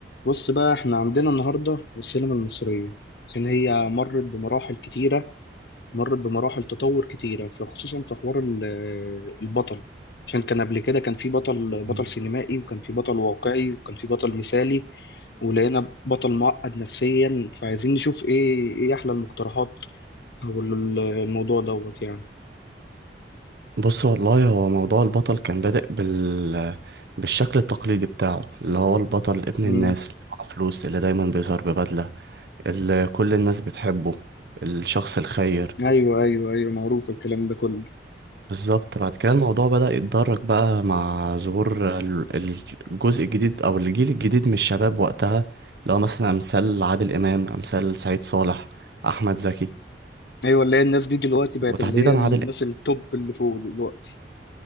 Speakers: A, on the left (about 65°); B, on the right (about 65°).
A: بص بقى احنا عندنا النهارده السينما المصريه عشان هي مرت بمراحل كتيره مرت بمراحل تطور كتيره فخصوصا في حوار ال- البطل عشان كان قبل كده كان في بطل بطل
B: مم.
A: سينمائي وكان في بطل واقعي وكان في بطل مثالي ولقينا بطل معقد نفسيا فعايزين نشوف ايه ايه احلى المقترحات او ال- الموضوع دوت يعني
B: بص والله هو موضوع البطل كان بادئ بال... بالشكل التقليدي بتاعه اللي هو البطل ابن
A: مم.
B: الناس اللي معاه فلوس اللي دايما بيظهر ببدلة اللي كل الناس بتحبه الشخص الخير
A: ايوه ايوه ايوه معروف الكلام ده كله
B: بالظبط بعد كده الموضوع بدأ يتدرج بقى مع ظهور ال- ال- الجزء الجديد أو الجيل الجديد من الشباب وقتها اللي هو مثلا أمثال عادل إمام أمثال سعيد صالح أحمد زكي
A: ايوه اللي هي الناس دي دلوقتي بقت
B: وتحديدا
A: اللي هي الناس
B: عادل
A: التوب اللي فوق دلوقتي